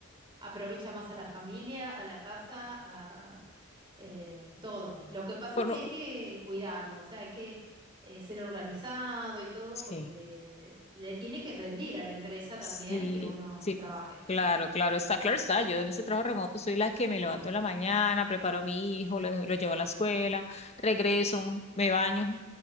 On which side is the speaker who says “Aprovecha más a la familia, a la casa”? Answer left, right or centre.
Right